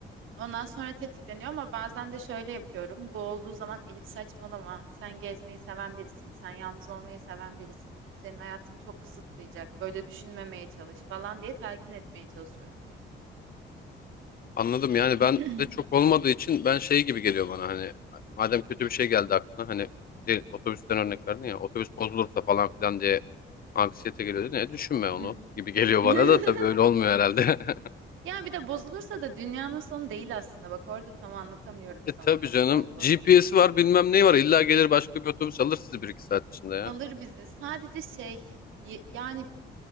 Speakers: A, on the right; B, on the left.
A: ondan sonra tetikleniyor ama bazen de şöyle yapıyorum bu olduğu zaman Elif saçmalama sen gezmeyi seven birisin sen yalnız olmayı seven birisin bu senin hayatını çok kısıtlayacak böyle düşünmemeye çalış falan diye telkin etmeye çalışıyorum kendimi.
B: Anladım yani
A: <clears throat>
B: ben de çok olmadığı için ben şey gibi geliyor bana hani madem kötü bir şey geldi aklına hani de- otobüsten örnek verdin ya otobüs bozulursa falan filan diye anksiyete geliyor ne düşünme onu
A: Hı hı.
B: gibi geliyor
A: <laughs>
B: bana da tabii öyle olmuyor herhalde. <laughs>
A: Ya bir de bozulursa da dünyanın sonu değil aslında. Bak orada tam anlatamıyorum
B: E
A: sana
B: tabii
A: nasıl
B: canım
A: olduğunu.
B: GPS'i var bilmem neyi var illa gelir başka bir otobüs alır sizi bir iki saat içinde ya.
A: Alır bizi. Sadece şey y- yani